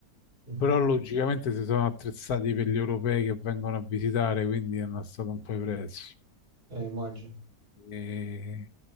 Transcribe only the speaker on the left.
però logicamente si sono attrezzati per gli europei che vengono a visitare, quindi hanno alzato un po' i prezzi.
E,